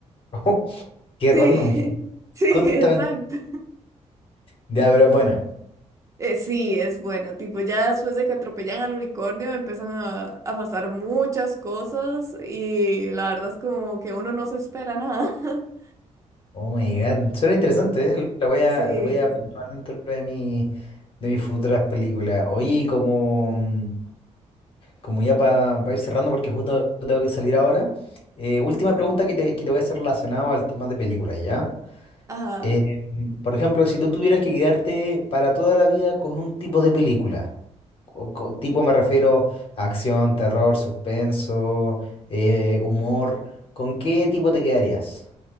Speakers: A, on the left; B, on the right.
A: <laughs> Qué
B: Sí,
A: random.
B: <laughs> sí,
A: Justamente.
B: exacto.
A: Ya, pero es buena.
B: Eh, sí, es bueno. Tipo, ya después de que atropellan al unicornio, empiezan a, a pasar muchas cosas y la verdad es como que uno no se espera nada. <laughs>
A: Oh my God. Suena interesante, ¿eh? La voy a,
B: Sí,
A: la voy a apuntar dentro de mi, de mis futuras películas. Oye, y como, mm, como ya para ir cerrando, porque justo tengo que salir ahora, eh, última pregunta que te, que te voy a hacer relacionado al tema de películas, ¿ya?
B: ajá.
A: Eh, mm, por ejemplo, si tú tuvieras que quedarte para toda la vida con un tipo de película, o co- tipo me refiero a acción, terror, suspenso, eh, humor, ¿con qué tipo te quedarías?